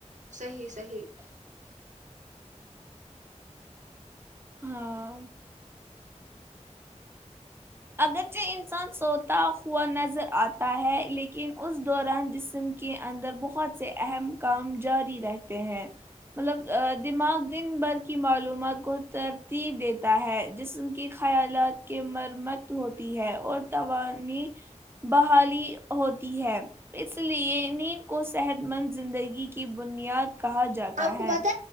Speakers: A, on the right; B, on the right.
A: صحیح صحیح
B: ہاں اگرچہ انسان سوتا ہوا نظر آتا ہے لیکن اس دوران جسم کے اندر بہت سے اہم کام جاری رہتے ہیں مطلب دماغ دن بھر کی معلومات کو ترتیب دیتا ہے جسم کے خیالات کے مرمت ہوتی ہے اور توانی بحالی ہوتی ہے اس لیے نیند کو صحت مند زندگی کی بنیاد کہا جاتا
A: آپ کو
B: ہے
A: پتہ